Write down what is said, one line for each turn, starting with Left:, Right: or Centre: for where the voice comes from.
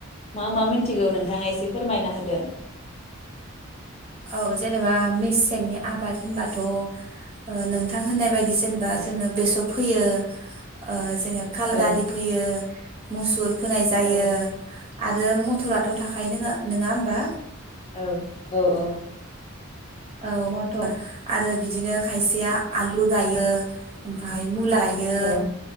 Left: मा मा मिथिगौ नोंथाङा एसे फोरमायना होदो।
Right: औ जेनेबा मेसेंनि आबाद होनबाथ‌ ओ नोंथां होननाय बायदि जेनेबा
Left: औ
Right: जोंङो बेसर फैयो ओ खाल
Left: औ
Right: दालि फैयो। मुसुर फोनाय जायो।
Left: औ
Right: आरो मथराथ थाखायो नोङा नोङा होमबा।
Left: औ औ औ।
Right: औ मथर आरो बिदिनो खायसेया आलु गायो ओमफाय मुला गायो।
Left: औ